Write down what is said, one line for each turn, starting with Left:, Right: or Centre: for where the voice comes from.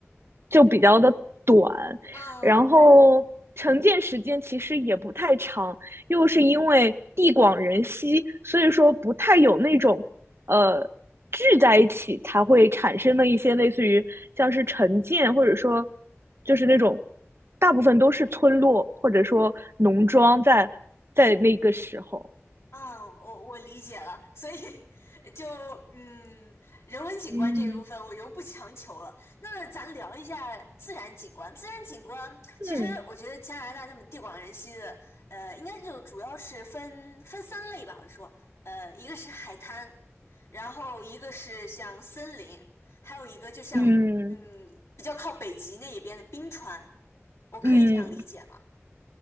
Right: 就比较的短，
Left: 嗯，
Right: 然后承建时间其实也不太长，
Left: 对。
Right: 又是因为地广人稀，所以说不太有那种呃聚在一起才会产生的一些类似于像是城建，或者说就是那种大部分都是村落或者说农庄在在那个时候。
Left: 嗯，我我理解了，所以 <laughs> 就嗯，人文景观这一部分我就不强求了。
Right: 嗯，
Left: 那咱聊一下自然景观。自然景观其实我觉得加拿大那么地广人稀的，
Right: 嗯
Left: 呃，应该就主要是分分三类吧。我说，呃，一个是海滩，然后一个是像森林，还有一个就像
Right: 嗯
Left: 嗯比较靠北极那一边的冰川。我可以这样理解吗？
Right: 嗯，